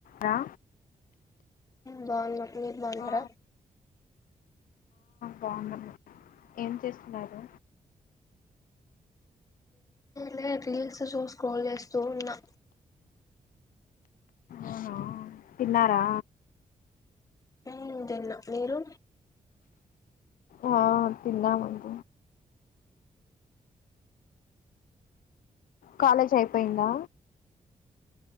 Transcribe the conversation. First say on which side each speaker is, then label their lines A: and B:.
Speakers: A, on the left; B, on the left.
A: రా
B: బా మీర్ మాగార
A: ఆ బాగు ఏం చేస్తున్నారు
B: లే రీల్స్ షో స్క్రోల్ చేస్తూ ఉన్నా
A: ఓహ ఉన్నారా
B: అ ఇదన్న మీరు
A: ఆ తిన్నా మంట కాలేజ్ అయిపోయిందా